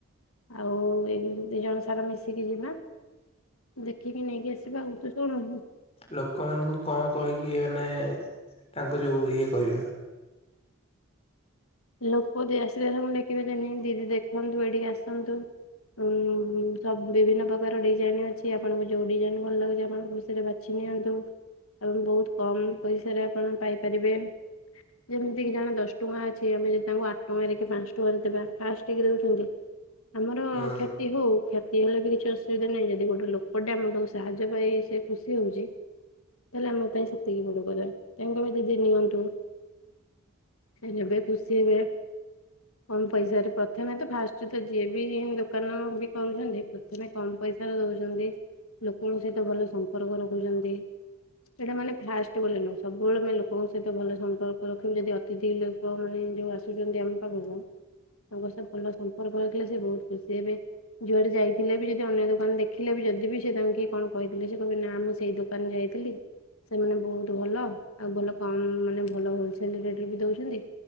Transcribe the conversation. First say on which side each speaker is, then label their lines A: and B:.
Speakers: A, on the left; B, on the left.
A: ଆଉ ଏ ଦି ଜଣ ସାରା ମିଶିକି ଯିବା। ଦେଖିକି ନେଇକି ଆସିବା ଆଉ ତୁ ଶୁଣନ୍ତୁ।
B: ଲୋକମାନନଙ୍କୁ କଣ କହିକି ମାନେ ତାଙ୍କୁ ଯୋଉ ଇଏ କରିବା
A: ଲୋକଦି ଆସିବେ ମୁଁ ଲେଖିିବି ଜେ ଦିଦି ଦେଖନ୍ତୁ ଏଇଠିକି ଆସନ୍ତୁ। ଉଁ ସବୁ ବିଭିନ୍ନ ପ୍ରକାର ଡିଜାଇନ ଅଛି ଆପଣଙ୍କୁ ଯୋଉ ଡିଜାଇନ ଭଲ ଲାଗୁଛି ଆପଣ ଖୁସିରେ ବା ବାଛି ନିଅନ୍ତୁ ଏବଂ ବହୁତ କମ ପଇସାରେ ଆପଣ ପାଇପାରିବେ। ଯେମିତି କି ଜଣେ ଦଶ ଟଙ୍କା ଅଛି ଜଦି ଆମେ ତାଙ୍କୁ ଆଠ ଟଙ୍କାରେ କି ପାଞ୍ଚ ଟଙ୍କାରେ ଦେବା ଫାଷ୍ଟକି ଦେଉଛନ୍ତି। ଆମର
B: ହୁଁ
A: କ୍ଷତି ହଉ କ୍ଷ୍ୟ ସିଏ ହେଲେ ବି କିଛି ଅସୁବିଧା ନାହିଁ ଯଦି ଗୋଟେ ଲୋକଟେ ଆମଠୁ ସାହାଯ୍ୟ ପାଇ ସେ ଖୁସି ହଉଛି। ତାହେଲେ ଆମ ପାଇଁ ସେତିକି ବଡ କଥା ତାଙ୍କ ପାଇଁ ଦିଦି ନିଅନ୍ତୁ। ସେ ନେବେ ଖୁସି ହେବେ। କମ ପଇସାରେ ପ୍ରଥମେ ତ ଫାଷ୍ଟ ତ ଯିଏ ବି ଦୋକାନ ବି କରୁଛନ୍ତି ପ୍ରଥମେ କମ ପଇସା <unintelligible> ଦଉଛନ୍ତି ଲୋକଙ୍କ ସହିତ ଭଲ ସମ୍ପର୍କ ରଖୁଛନ୍ତି। ସେଇଟା ମାନେ ଫାଷ୍ଟ ବୋଲି ନୁହଁ ସବୁବେଳେ ଆମେ ଲୋକଙ୍କ ସହିତ ଭଲ ସମ୍ପର୍କ ରଖିବୁ ଯଦି ଅତିଥି ଲୋକମାନେ ଯୋଉ ଆସୁଛନ୍ତି ଆମ ପାଖକୁ ତାଙ୍କ ସହ ଭଲ ସମ୍ପର୍କ ରଖିଲେ ସେ ବହୁତ ଖୁସି ହେବେ। ଯୁଆଡ଼େ ଯାଇଥିଲେ ବି ଯଦି ଅନ୍ୟ ଦୋକାନ ଦେଖିଲେ ବି ଯଦି ବିି ସେ ତାଙ୍କୁ କଣ କହିଥିଲେ ସେ କହିବେ ନା ମୁଁ ସେଇ ଦୋକାନ ଯାଇଥିଲି। ସେମାନେ ବହୁତ୍ ଭଲ ଆଉ ଭଲ କମ ମାନେ ଭଲ ହୋଲସେଲ୍ ରେଟ୍ ରେ ବି ଦଉଛନ୍ତି